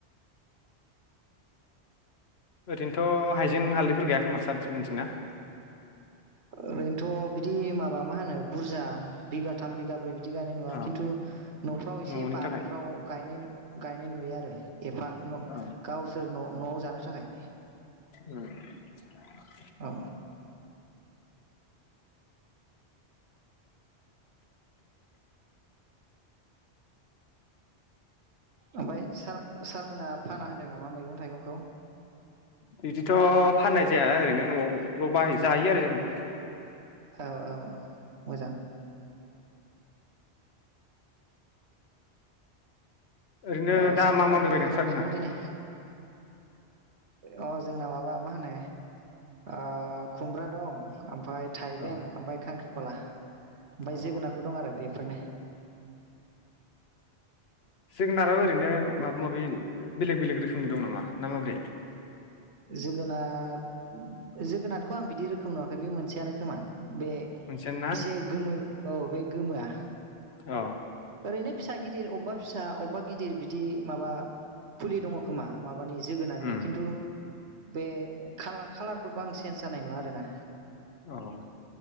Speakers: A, on the left; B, on the right.
A: ओरैनोथ' हाइजें हालदैफोर गाइया खोमा सारथिं मोनथिं ना?
B: ओरैनोथ बिदि माबा मा होनो बुरजा बिगाथाम बिगाब्रै बिदि बिदि गायनाय नुया
A: अ
B: खिनथु नफ्राव एसे
A: न'नि
B: बारिफ्राव
A: थाखाय
B: गायनाय नाय नुयो आरो एफा
A: औ
B: गावसोर न नआव जानो थाखाय
A: उम <inaudible>
B: औ ओमफाय सार सारमोना फाना होनदों नामा मैगं थाइगंखौ
A: बिदिथ फाननाय जाया ओरैनो न आवल बाय जायो आरो जेनेबा
B: औ- औ -औ मोजां ।
A: ओरैनो
B: अ
A: दा
B: सारमोनहा
A: मैगं
B: मा
A: गायदों नोंस्रा
B: ओंख्रिमोन
A: मोनहा
B: दिनै? अ जोंना माबा मा होनो अ खुमब्रा दं। ओमफाय थाइबें
A: अ
B: ओमफ्राय खांख्रि खला। ओमफ्राय
A: अ
B: जोगोनारबो दं आरो बेफोरनो
A: जोगोनाराबो ओरैनो माबा माबि बेलेग बेलेग रोखोमनि दं नामा ना माब्रै?
B: जोगोनार जोगोनारखौ आं बिदि रोखोम नुवाखै बे मोनसेयानो खोमा। बे
A: मोनसेयानो ना
B: एसे गोमो औ बे गोमोआ।
A: अ
B: ओरैनो फिसा गिदिर अबेबा फिसा अबेबा गिदिर बिदि माबा फुलि दङ खोमा मा। माबानि जोगोनारनि
A: उम
B: खिन्थु बे खालारफोरखौ आं चेन्ज जानाय नङा आरोना।
A: औ